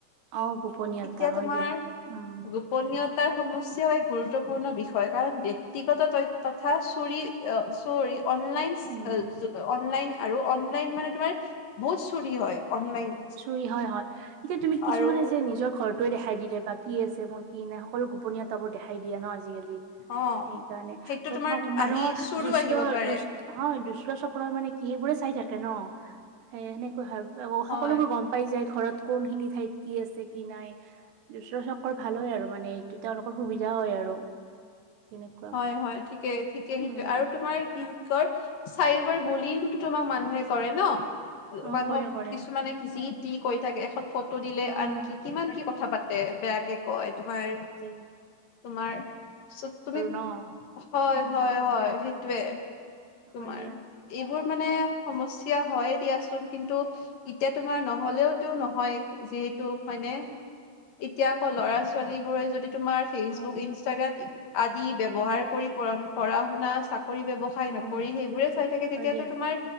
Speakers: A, on the right (about 80°); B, on the left (about 60°).
A: অ গোপনীয়তা
B: এতিয়া
A: হয়
B: তোমাৰ
A: দিয়া উম
B: গোপনীয়তাৰ সমস্যাও এক গুৰুত্বপূৰ্ণ বিষয় কাৰণ ব্যক্তিগত তথ তথা চোৰি অ চৰি অনলাইন
A: উম,
B: অনলাইন আৰু অন লাইন মানে তোমাৰ বহুত চুৰি হয় অনলাইন
A: চুৰি হয় হয় এতিয়া তুমি কিছুমানে
B: আৰু
A: যে নিজৰ ঘৰৰতোৱে দেখাই দিলে বা কি আছে মোৰ কি নাই সকলো গোপনীয়তাবোৰ দেখাই দিয়ে ন আজিকালি
B: অ
A: সেইকাৰণে
B: সেইটো
A: চব
B: তোমাৰ
A: সম মানুহৰ
B: আহি চোৰো
A: জুস্থ
B: আহিব পাৰে
A: দুচ হয় দুষ্ট চক্ৰই মানে কি সেইবোৰে চাই থাকে ন সেই সেনেকুৱা হয় অ
B: হয়
A: সকলোবোৰ গম পাই যায় ঘৰত কোন খিনিত ঠাইত কি আছে কি নাই দুষ্ট চকৰ ভাল হয় আৰু মানে এইটো তেওঁলোকৰ সুবিধা হয় আৰু তেনেকুৱা।
B: হয় হয় ঠিকে ঠিকে সেইটো
A: উম,
B: আৰু তোমাৰ কি কৰ চাইবাৰ বুলিয়ে তোমাক মানুহে কৰে ন
A: অ'
B: মানুহক
A: কৰে কৰে
B: কিছুমানে জি টি কৈ থাকে এখন ফটো দিলে
A: অ'
B: আনকি কিমান কি কথা পাতে বেয়াকে কয় তোমাৰ
A: তাকে
B: তোমাৰ চোপ তুমি
A: ন
B: হয়
A: উম।
B: হয় হয় সেইটোয়ে তোমাৰ
A: হয় দিয়া
B: এইবোৰ মানে সমস্যা হয়ে দিয়াচোন কিন্তু এতিয়া তোমাৰ নহ'লেওতো নহয় যিহেতু হয়নে এতিয়া আকৌ ল'ৰা ছোৱালী বোৰে যদি তোমাৰ ফেচবুক
A: অ
B: ইনষ্টাগ্ৰাম আদি ব্যৱহাৰ
A: উম
B: কৰি প পঢ়া শুনা চাকৰি ব্যৱসায়
A: উম
B: নক কৰি সেইবোৰে চাই থাকে
A: হয়
B: তেতিয়াটো
A: দিয়া
B: তোমাৰ